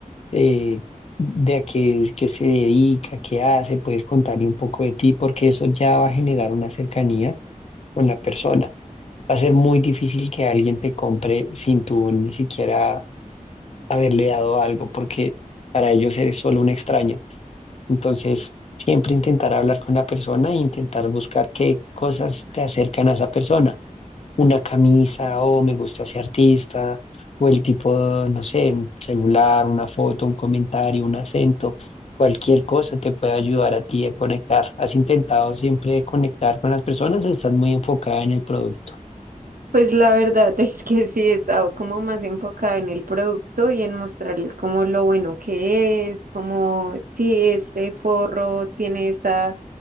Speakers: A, on the left; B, on the right.
A: eh, de a qué, qué se dedica, qué hace, puedes contarle un poco de ti, porque eso ya va a generar una cercanía con la persona. Va a ser muy difícil que alguien te compre sin tú ni siquiera haberle dado algo, porque para ellos eres solo un extraño. Entonces, siempre intentar hablar con la persona e intentar buscar qué cosas te acercan a esa persona. Una camisa, o me gusta ese artista, o el tipo, no sé, un celular, una foto, un comentario, un acento. Cualquier cosa te puede ayudar a ti a conectar. ¿Has intentado siempre conectar con las personas o estás muy enfocada en el producto?
B: Pues la verdad <laughs> es que sí, he estado como más enfocada en el producto y en mostrarles como lo bueno que es, como si este forro tiene esta